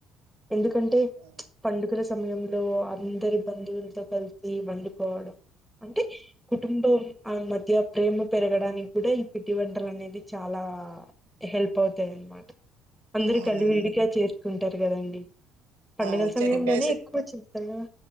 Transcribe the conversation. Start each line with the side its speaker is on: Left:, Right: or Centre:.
Centre: ఎందుకంటే
Right: ఆ,
Centre: పండుగల సమయం లో అందరి బంధువులతో కలిసి మం పోవడం అంటే కుటుంబ ఆ మధ్య ప్రేమ పెరగడానికి కూడా ఈ పిట్టి వంటలు అనేది చాలా హెల్ప్ అవుతాయి అన్నమాట అందరు
Right: అవునండి
Centre: కలిు వీడిక చేర్ కుంటారు కదండి పండుగల
Right: ఆ
Centre: సమయంలోనే
Right: శనక్కేసి
Centre: ఎక్కువ చేస్తారు కదా